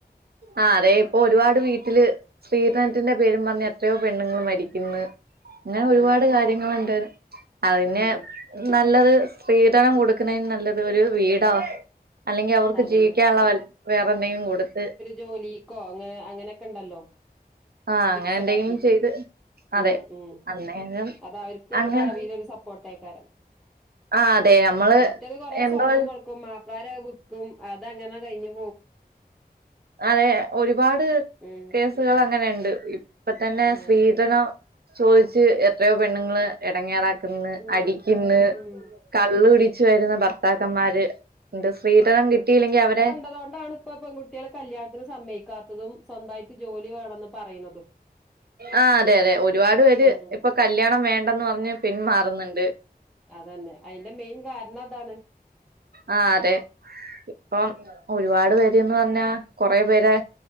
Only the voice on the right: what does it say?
ആഹ് അതെ ഇപ്പൊ ഒരുപാട് വീട്ടില് സ്ത്രീധനത്തിന്റെ പേരും പറഞ്ഞ്‌ എത്രയോ പെണ്ണുങ്ങൾ മരിക്ക്ന്ന്. അങ്ങനൊരുപാട്
കാര്യങ്ങള്ണ്ട് അ പിന്നെ
നല്ലത് സ്ത്രീധനം കൊടുക്ക്ണേന് നല്ലത് ഒരു വീടാ അല്ലെങ്കി അവർക്ക്
ജീവിക്കാനുള്ള വേറെ എന്തെങ്കി കൊടുത്ത്
ആഹ് അങ്ങനെ
എന്തെങ്കിലും
ചെയ്ത് അതെ
അന്നേരം
അങ്ങനെ
ആഹ് അതെ നമ്മള്
എന്തോ
അതെ ഒരുപാട്
കേസ് കളങ്ങനെണ്ട്. ഇപ്പതന്നെ
സ്ത്രീധനം ചോയ്ച്ച് എത്രയോ പെണ്ണുങ്ങള് എടങ്ങേറാക്ക്ന്ന്
അടിക്കിന്ന്
കള്ള് കുടിച്ച് വരുന്ന ഭർത്താക്കന്മാര് ണ്ട് സ്ത്രീ ധനം കിട്ടിയില്ലെങ്കി അവരെ
ആഹ് അതെ അതെ ഒരുപാട് പേര്
ഇപ്പൊ കല്യാണം വേണ്ടന്ന് പറഞ്ഞ് പിന്മാറുന്ന്ണ്ട്.
ആഹ് അതെ ഇപ്പം ഒരുപാട് പേര്ന്ന് പർഞ്ഞ കൊറെ പേരെ